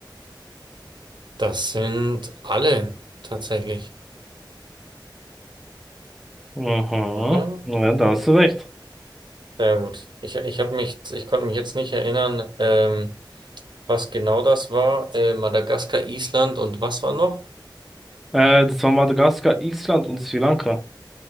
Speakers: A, on the right; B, in the centre.
A: Das sind alle tatsächlich,
B: Mhm,
A: oder?
B: ja, da hast du recht.
A: Sehr gut. Ich, ich habe mich, ich konnte mich jetzt nicht erinnern, ähm, was genau das war. Äh, Madagaskar, Island und was war noch?
B: Äh, das war Madagaskar, Island und Sri Lanka.